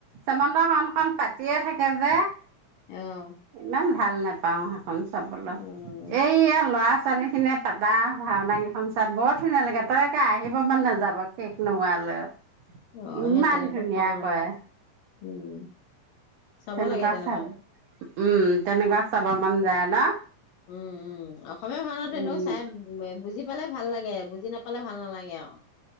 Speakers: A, on the right (about 80°); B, on the left (about 85°).
A: চেমন্ত হৰণখন পাতিয়ে থাকে যে
B: অ'।
A: ইমান ভাল নাপাও সেইখন চাবলৈ,
B: উম
A: এই ল'ৰা ছোৱালী খিনিয়ে চাব। ভাওনা কিখন চাই বৰ ধুনীয়া লাগে পাই। তই একে আহিব মন নাযাব শেষ নোহোৱালৈ।
B: অ',
A: ইমান
B: সেই তেনেকুৱা
A: ধুনীয়া
B: চাব, <unintelligible>
A: কয়।
B: উম, চাব
A: তেনেকুৱা
B: লাগে তেনেকুৱাত।
A: চাব উম, তেনেকোৱা চাব মন যায় ন?
B: উম, উম। অসমীয়া ভাওনাটো
A: উম
B: এনেও চাই বুজি পালে ভাল লাগে, বুজি নাপালে ভাল নালাগে আৰু।